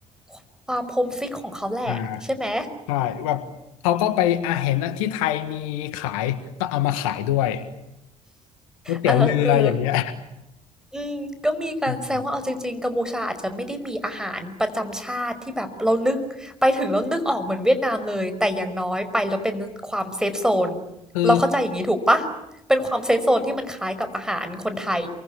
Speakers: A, in the centre; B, on the left.
A: คความ homesick ของเขาแหละใช่ไหม
B: อ่าใช่แบบเขาก็ไปอาเห็นอะที่ไทยมีขายก็เอามาขายด้วยก๋วยเตี๋ยวเรืออย่างเงี้ย
A: เออๆอืมก็มีการแสดงว่าเอาจริงๆกัมพูชาอาจจะไม่ได้มีอาหารประจำชาติที่แบบเรานึกไปถึงแล้วนึกออกเหมือนเวียดนามเลยแต่อย่างน้อยไปแล้วเป็นความเซฟโซน
B: <laughs> คือ
A: เราเข้าใจอย่างงี้ถูกเปล่าเป็นความเซฟโซนที่มันคล้ายกับอาหารคนไทย